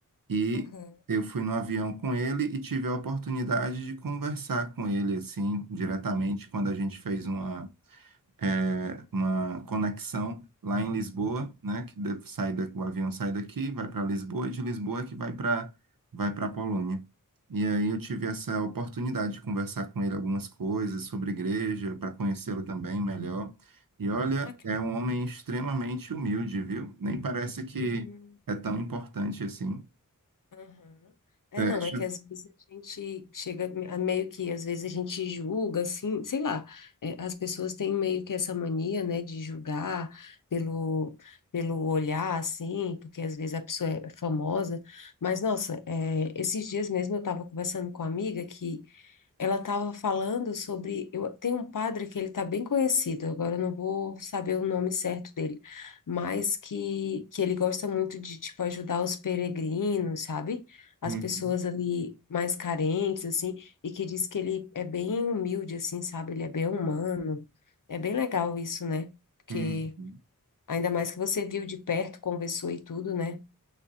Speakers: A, on the right (about 80°); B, on the left (about 70°).
A: E
B: Aham.
A: eu fui no avião com ele e tive a oportunidade de conversar com ele assim diretamente quando a gente fez uma é, uma conexão lá em Lisboa, né? Que de- sai da, o avião sai daqui, vai para Lisboa, e de Lisboa é que vai para vai para Polônia. E aí eu tive essa oportunidade de conversar com ele algumas coisas sobre igreja, para conhecê-lo também melhor. E olha,
B: Ah, que
A: é um homem extremamente humilde, viu? Nem parece que
B: legal.
A: é tão importante assim.
B: Aham. É,
A: Fecha.
B: não, é que às vezes a gente chega a meio que, às vezes a gente julga, assim, sei lá, é, as pessoas têm meio que essa mania, né, de julgar pelo, pelo olhar, assim, porque às vezes a pessoa é famosa, mas, nossa, é, esses dias mesmo eu estava conversando com uma amiga que ela estava falando sobre. Eu, tem um padre que ele está bem conhecido, agora eu não vou saber o nome certo dele, mas que, que ele gosta muito de tipo, ajudar os peregrinos, sabe? As
A: Uhum,
B: pessoas ali mais carentes, assim, e que diz que ele é bem humilde, assim, sabe? Ele é bem humano. É bem legal isso, né? Porque
A: uhum.
B: ainda mais que você viu de perto, conversou e tudo, né?